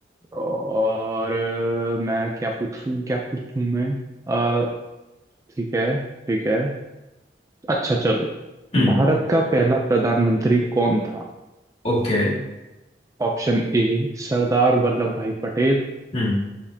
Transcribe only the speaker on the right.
और अ, मैं क्या पूछूं क्या पूछूं मैं अ, ठीक है ठीक है अच्छा चलो
भारत का पहला प्रधानमंत्री कौन था
ऑप्शन ए सरदार वल्लभ भाई Patel